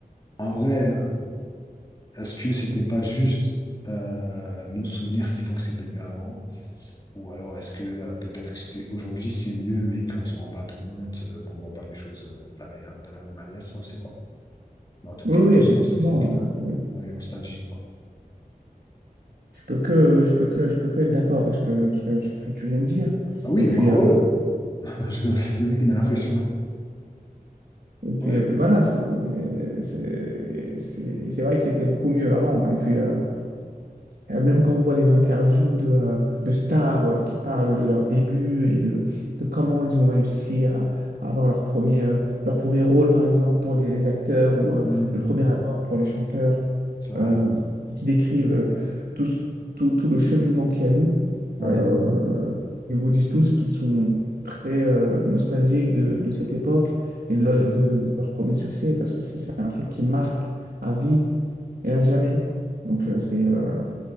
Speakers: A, on the left (about 25°); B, on the right (about 85°).
A: en vrai, euh, est-ce que c'était pas juste euh, nos souvenirs qui font que c'était mieux avant? Ou alors est-ce que euh, peut-être que c'est aujourd'hui c'est mieux, mais qu'on s'en rend pas compte, euh, qu'on voit pas les choses euh, de la meilleure, de la même manière, ça on sait pas. Mais en tout
B: Oui,
A: cas,
B: oui,
A: tout
B: effectivement.
A: ce qu'on sait, c'est que
B: euh,
A: on est nostalgique, quoi.
B: Je peux que, je peux que, je peux que être d'accord avec ce que, ce que, ce que tu viens de dire.
A: Ah oui,
B: Et puis,
A: encore
B: euh,
A: heureux! <laughs> Je rigole, c'est lui qui met la pression.
B: et puis,
A: Ouais, ouais.
B: et puis voilà, c'est, c'est, c'est c'est vrai que c'était beaucoup mieux avant. Et puis, euh, Euh, Même quand on voit les interviews de, euh, de stars euh, qui parlent de leur début et de, de comment ils ont réussi à, à avoir leur premier, euh, leur premier rôle, par exemple, pour les, les acteurs ou euh,
A: Hmm,
B: le premier album pour les chanteurs,
A: c'est vrai.
B: euh, et qui décrivent euh, tout, ce- tout, tout le cheminement qu'il y a eu,
A: Ouais,
B: euh, ils vous disent tous qu'ils sont très euh, nostalgiques de, de cette époque et de,
A: ouais,
B: leur de leur premier succès, parce que c'est c'est un truc qui marque à vie et à jamais. Donc, euh, c'est... euh,